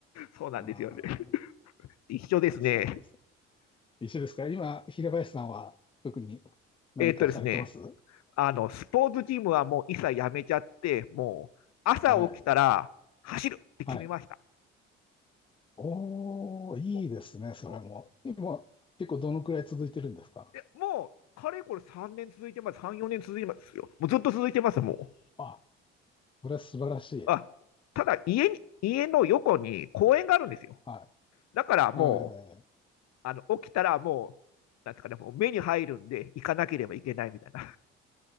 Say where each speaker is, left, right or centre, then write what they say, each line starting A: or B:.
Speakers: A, on the left; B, on the left.
A: そうなんですよね。
B: ああ、
A: 一緒ですね。
B: そうです。一緒ですか今、平林さんは特に何かされてます
A: えーっとですね。あの、スポーツジムはもう一切やめちゃって、もう、朝起きたら走るって決めました。
B: はい。はい。おー、いいですね、
A: も
B: それも。
A: う、も
B: 今、結構どのくらい続いてるんですか
A: う、いやもうかれこれ3年続いてます。3、4年続いてますよ。もうずっと続いてます、も
B: あ、それは素晴らしい。
A: あ、ただ家に、家の横に公園があるんですよ。
B: は
A: だからもう、
B: い。はいはいはいはい
A: あの、起きたらもう、なんですかね、もう目に入るんで、行かなければいけないみたいな。